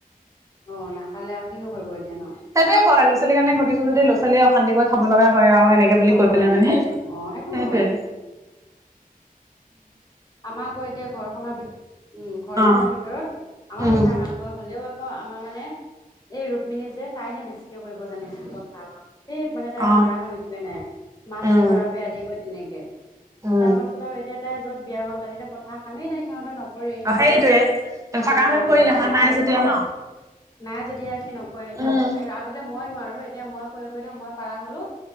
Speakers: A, on the left; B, on the right.
A: অ নাখালে আৰু কিনো কৰিব এতিয়া ন
B: সেইটো এ ক ল'ৰা ছোৱালী কাৰণে ঘটিছ যদি, ল'ৰা-ছোৱালীয়ে অশান্তিক কৰি খাব লগা হয় আৰু এনেকে বুলি
A: খাবৰ
B: কৈ পেলাই
A: কাৰণে
B: মানে।
A: সেই
B: সেইটোৱে।
A: অ সেইটো হয় আমাৰ আকৌ এতিয়া ঘৰখনৰ ভিত উম ঘৰখনৰ
B: অ
A: ভিতৰত আমাৰ
B: উম
A: কথা কান ক হ'লে হও আকৌ আমাৰ মানে এই ৰুক্মিণী যে, তাইহে বেছিকে কৰিব জানিছিল পথা কাম। সেই মানে তাই
B: অ
A: নোৱাৰা কাম একোৱেই নাই। মাছ
B: উম
A: ধৰা পা আদি কৰি তেনেকে।
B: উম
A: তাৰ পাছত আৰু এতিয়া তাই য'ত বিয়া হ'ল তাত এতিয়া পথাৰ কামেই নাই। সিহঁতৰ নক কৰে।
B: অ সেইটোয়ে
A: ধান
B: থকাহেঁতেন
A: ৰোৱা মেলা,
B: কৰিলে
A: এতিয়া
B: হয়
A: তাই
B: নাই
A: নক
B: যেতিয়া ন
A: নাই যদি সি নকৰে এতিয়া।
B: উম
A: নকয় আগতে মই নোৱাৰো এতিয়া মই কৰি কৰি মই পাৰা হলো।